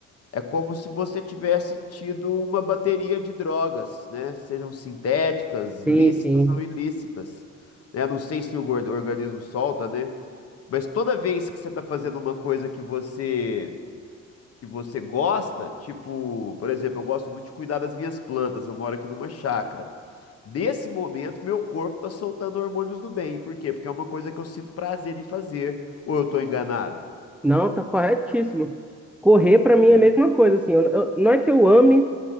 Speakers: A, on the left (about 50°); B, in the centre.
A: É como se você tivesse tido uma bateria de drogas, né? Sejam sintéticas,
B: sim,
A: lícitas
B: sim.
A: ou ilícitas, né? Não sei se o gor- organismo solta, né? Mas toda vez que você está fazendo uma coisa que você que você gosta, tipo, por exemplo, eu gosto muito de cuidar das minhas plantas, eu moro aqui numa chácara. Nesse momento, meu corpo está soltando hormônios do bem. Por quê? Porque é uma coisa que eu sinto prazer em fazer. Ou eu estou enganado?
B: Não, tá corretíssimo. Correr para mim
A: É.
B: é a mesma coisa, assim. Eu- eu- não é que eu ame